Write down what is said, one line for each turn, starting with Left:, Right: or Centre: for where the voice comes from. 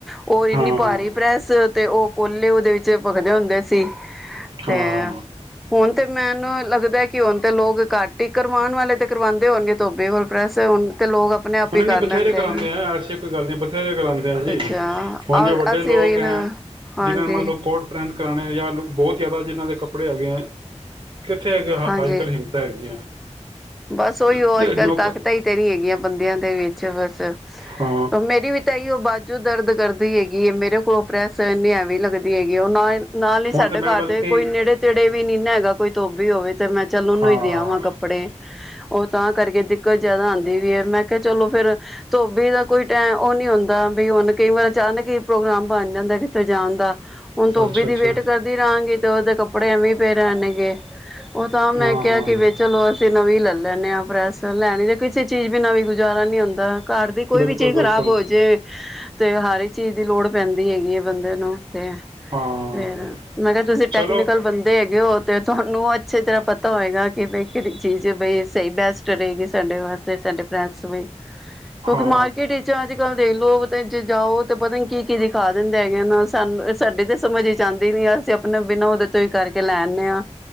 Centre: ਉਹ
Right: ਹਾਂ
Centre: ਇੰਨੀ ਭਾਰੀ ਪ੍ਰੈਸ ਤੇ ਉਹ ਕੋਲੇ ਉਹਦੇ ਵਿੱਚ ਭਖਦੇ ਹੁੰਦੇ ਸੀ ਤੇ
Right: ਹਾਂ
Centre: ਹੁਣ ਮੈਨੂੰ ਲੱਗਦਾ ਕਿ ਹੁਣ ਤਾਂ ਲੋਕ ਘੱਟ ਹੀ ਕਰਵਾਉਣ ਵਾਲੇ ਤੇ ਕਰਵਾਉਂਦੇ ਹੋਣਗੇ ਧੋਬੇ ਹੋਲ ਪ੍ਰੈਸ ਹੁਣ ਤੇ ਲੋਕ ਆਪਣੇ ਆਪ
Right: ਉਹੁਣੀ
Centre: ਹੀ ਕਰ
Right: ਬਥੇਰੇ
Centre: ਲੈਂਦੇ
Right: ਕਰਾਉਂਦੇ
Centre: ਹੈਗੇ
Right: ਆ ਐਸੀ ਕੋਈ ਗੱਲ ਨ ਬਥੇਰੇ ਕਰਾਉਂਦੇ ਆ ਜੀ
Centre: ਅੱਛਾ,
Right: ਹੁਣ
Centre: ਅ
Right: ਜੇ ਵੱਡੇ
Centre: ਅਸੀਂ
Right: ਲੋਕ
Centre: ਉਹੀ
Right: ਹੈਂ
Centre: ਨਾ ਹਾਂਜੀ,
Right: ਜਿਹਨਾਂੇ ਮੰਨ ਲਓ ਕੋਟ ਪਰੈਂਤ ਕਰਾਣੇ ਜਾਂ ਬਹੁਤ ਜ਼ਿਆਦਾ ਜਿਨਾਂ ਦੇ ਕੱਪੜੇ ਹੈਗੇ ਹੈ ਕਿੱਥੇ ਹੈਗੇ ਹ
Centre: ਹਾਂਜੀ।
Right: ਅੱਜ ਕੱਲ੍ਹ ਹਿੰਮਤਾਂ ਹੈਗੀਆਂ
Centre: ਬਸ ਉਹੀ ਉਹ
Right: ਅਤੇ
Centre: ਅੱਜ ਕੱਲ
Right: ਨੌਕ
Centre: ਤਾਕਤਾਂ ਹੀ ਤੇਰੀ ਹੈਗੀਆਂ ਬੰਦਿਆਂ ਦੇ ਵਿੱਚ ਬਸ
Right: ਹਾਂ
Centre: ਮੇਰੀ ਵੀ ਤਾਂਈ ਉਹ ਬਾਜੂ ਦਰਦ ਕਰਦੀ ਹੈਗੀ ਹੈ ਮੇਰੇਲ ਕੋ ਪ੍ਰੈਸਨੀ ਐਵੇਂ ਲੱਗਦੀ ਹੈਗੀ ਉਹਨਾਂ ਨਾਲ ਹੀ
Right: ਹੁਣ
Centre: ਸਾਡੇ
Right: ਤਾਂ ਮੈਂ
Centre: ਘਰ
Right: ਬਲਕਿ
Centre: ਦੇ ਕੋਈ ਨੇੜੇ ਤੇੜੇ ਵੀ ਨੀ ਨਾ ਹੈਗਾ ਕੋਈ ਧੋਭੀ ਹੋਵੇ ਅਤੇ ਮੈਂ ਚੱਲ ਉਹਨੂੰ
Right: ਹਾਂ
Centre: ਹੀ ਦਿਆਵਾਂ ਕੱਪੜੇ ਉਹ ਤਾਂ ਕਰਕੇ ਦਿੱਕਤ ਜਿਆਦਾ ਆਉਂਦੀ ਵੀ ਹੈ ਮੈਂ ਕਿਹਾ ਚਲੋ ਫੇਿਰ ਧੋਬੀ ਦਾ ਕੋਈ ਟ ਉਹ ਨੀ ਹੁੰਦਾ ਵੀ ਹੁਣ ਕਈ ਵਾਰ ਅਚਾਨਨਕ ਪ੍ਰੋਗਰਾਮ ਬਣ ਜਾਂਦਾ ਕਿੱਥੇ ਜਾਣ ਦਾ ਹੁਣ ਧੋਭੀ
Right: ਅੱਛਾ
Centre: ਦੀ
Right: ਅੱਛਾ
Centre: ਵੇਟ ਕਰਦੀ ਰਹਾਂਗੀ ਤੇ ਉਹਦੇ ਕੱਪੜੇ ਐਵੇਂ ਫਰਾ ਅਨਾਂ ਕੇ ਉਹ ਤਾਂ ਮੈਂ
Right: ਹਾਂ
Centre: ਕਿਹਾ
Right: ਹਾਂ
Centre: ਕਿ ਬ ਚਲੋ ਵੀ ਲੈ ਲੈਂਦੇ ਹਾਂ ਸੋ ਲੈ ਦੇ ਕੁਈ ਚੀਜ਼ ਬਿ ਨੀਂ ਗੁਜ਼ਾਰਾ ਨਹੀਂ ਹੁੰਦਾ ਘਰ ਦੀ ਕੋਈ
Right: ਬਿਲਕੁਲ
Centre: ਵੀ ਚੀਜ਼
Right: ਬਿਲਕੁਲ
Centre: ਖਰਾਬ ਹੋ ਜਾੇ ਤੇ ਹਰ ਇੱਕ ਚੀਜ਼ ਦੀ ਲੋੜ ਪੈਂਦੀ ਹੈਗੀ ਹੈ ਬੰਦੇ ਨੂੰ ਤੇ
Right: ਹਾਂ
Centre: ਫਰ ਮੈਂ ਕਿਹਾ ਤੁਸੀਂ
Right: ਚਲੋ
Centre: ਟੈਕਨੀਕਲ ਬੰਦੇ ਹੈਗੇ ਹੋ ਤੇ ਤੁਹਾਨੂੰ ਅੱਛੀ ਤਰ੍ਹਾਂ ਪਤਾ ਹੋਏਗਾ ਕਿ ਕਿਹੜੀ ਚੀਜ਼ ਬਈ ਸਹੀ ਬੈਸਟਹੇਗੀ ਸਾਡੇ ਵਾਸਤੇ ਸਾਡੇ ਫਰੈਸ ਬ ਵਿੱਚ ਕਿਉਂਕਿ
Right: ਹਾਂ
Centre: ਮਾਰਕੀਟ ਵਿੱਚ ਅੱਜ ਕੱਲ ਦੇ ਲੋਕ ਤੇ ਜੇ ਜਾਓ ਤੇ ਪਤਾ ਨੀ ਕੀ ਕਿਦੀ ਖਾ ਦਿੰਦੇ ਹੈਗੇ ਨਾ ਸਾਨੂੰ ਸਾਡੀ ਤਾਂ ਸਮਝ ਹੀ ਚਾਹਦੀ ਨ ਆ ਅਸੀਂ ਆਪਣੇ ਬਿਨਾਂ ਉਹਦੇ ਤੋਂ ਹੀ ਕਰਕੇ ਲੈਦੇ ਹਾਂ